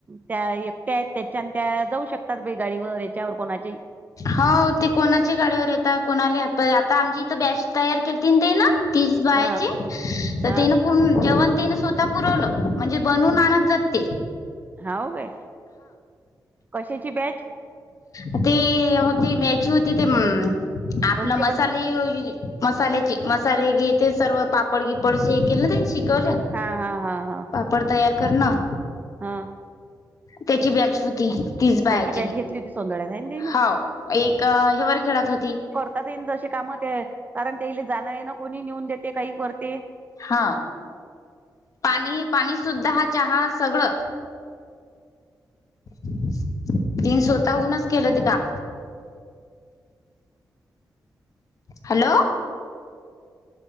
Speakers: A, on the right (about 25°); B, on the left (about 50°).
A: त्या एकट्या आहेत त्याच्यान त्या जाऊ शकतात गाडीवर याच्यावर कुणाच्याही.
B: हो ते कोणाच्या गाड्यावर येता, कोणालाही हात आता आमची इथं बॅच तयार केलती ना तेनं तीस बायाची
A: हा
B: तर
A: हा
B: तिनं फुल जेवण तिनं स्वतः पुरवलं म्हणजे बनवून आणत जाते.
A: हाव काय कशाची बॅच?
B: अं ते ह ते मॅची होते ते अ
A: लोणचे
B: आपला मसाले
A: पण
B: मसाल्याची मसाले हे ते सर्व पापड-गिपड केलं ना ते शिकवलं.
A: हा हा हा हा.
B: पापड तयार करनं
A: हा
B: त्याची बॅच होती. तीच बाई
A: त्याची बॅच
B: ती
A: घेतली होती सोंदळ्यात आहे ना ते ना
B: हव एक हिवरखेड्यात होती.
A: हातात येईन तशे काम ते कारण तेईले जाणं येन कोणी नेऊन देते काही करते.
B: हा पाणी, पाणी सुद्धा हा चहा सगळं. तीनं स्वतःहूनच केलं ते काम. हॅलो.